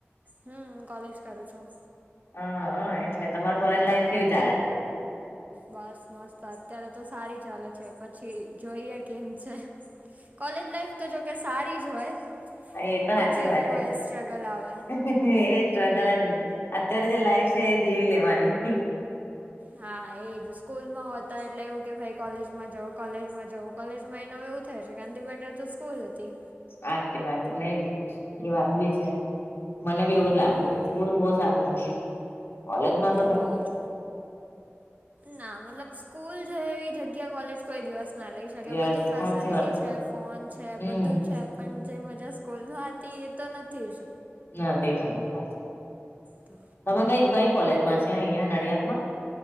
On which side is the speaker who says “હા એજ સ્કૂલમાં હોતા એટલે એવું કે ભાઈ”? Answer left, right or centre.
Right